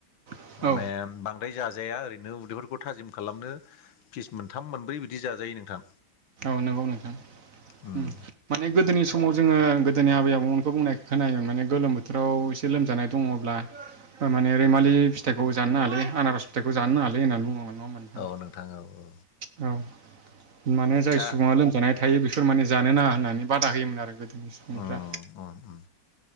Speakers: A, on the right; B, on the left.
A: औ
B: माने बांद्राय जाज जाया ओरैनो उदैफोरखौ थाजिम खालामनो फिस मोनथाम मोनब्रै बिदि जाजायो नोंथां।
A: औ नंगौ नोंथां
B: उम
A: उ माने गोदोनि समाव जोङो गोद। जोंनि आबै आबौमोनखौ बुंनाय खोनायोमोन माने गोलोम बोथोराव एसे लोमजानाय दङ'ब्ला माने रैमालि। बे फिथाइखौ जानो नालाय आनारस फिथखौ जानो नालाय होननानै बुङोमोन। नङा ओमबा नोंथां
B: औ औ औ
A: औ। माने जाय
B: दा
A: सुबुङा लोमजानाय थायो बिफोर माने जानो नाङा होननानै बादा होयोमोन आरो गोद। बि सुबुंफोरा।
B: उम उम उम